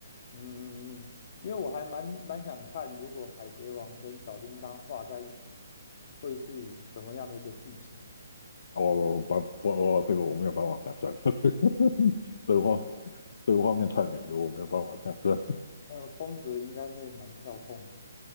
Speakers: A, on the left; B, on the left.
A: 嗯嗯嗯嗯因为我还蛮蛮想看，如果海贼王跟小叮当画在一起，会是什么样的一个剧情？
B: 哦，不不哦，这个我没有办法想象，<laughs> 这个这个画这个画面太美了，我没有办法想象。
A: 呃，风格应该会蛮跳痛的。